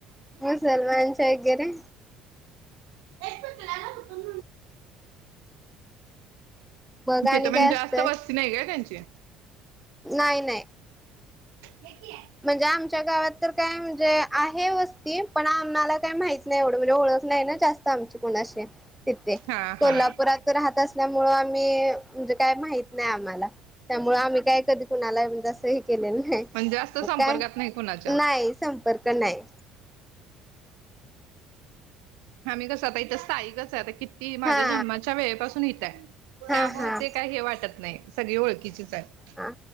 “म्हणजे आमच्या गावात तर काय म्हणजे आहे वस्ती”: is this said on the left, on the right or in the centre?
Centre